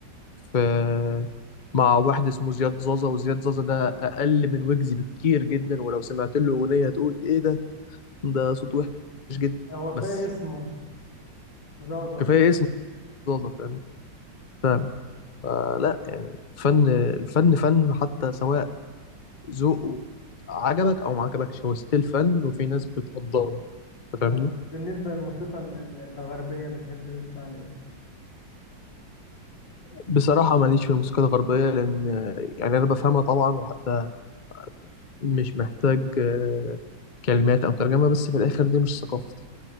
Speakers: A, on the left; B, on the left.
A: في مع واحد اسمه زياد زازا وزياد زازا ده اقل من ويجز بكتير جدا ولو سمعت له اغنيه هتقول ايه ده ده صوت وحش جدا
B: هو كفايه
A: بس
B: اسمه زازا
A: كفايه اسمه زازا فاهم فاهم فلا يعني الفن الفن فن حتى سواء ذوقه عجبك او ما عجبكش هو ستيل فن وفي ناس بتقدره أنت فاهمني
B: طب بالنسبه للموسيقى ال- ال- الغربيه بتحب تسمع لايه؟
A: بصراحه ماليش في الموسيقى الغربيه لان يعني انا بفهمها طبعا وحتى مش محتاج آه، كلمات او ترجمه بس في الاخر دي مش ثقافتي